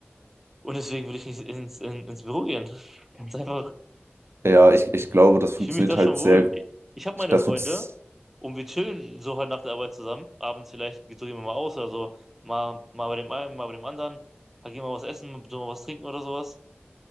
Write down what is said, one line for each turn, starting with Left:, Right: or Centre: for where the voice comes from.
Centre: Und deswegen will ich nicht ins, in, ins Büro gehen. Ganz einfach.
Right: ja, ich, ich
Centre: Ich,
Right: glaube, das funktioniert
Centre: ich fühle mich da
Right: halt
Centre: schon
Right: sehr,
Centre: wohl. Ich habe meine
Right: ich, das,
Centre: Freunde
Right: funz-
Centre: und wir chillen so halt nach der Arbeit zusammen. Abends vielleicht gehen wir mal aus oder so. Mal, mal bei dem einen, mal bei dem anderen. Halt gehen wir was essen, so mal was trinken oder sowas.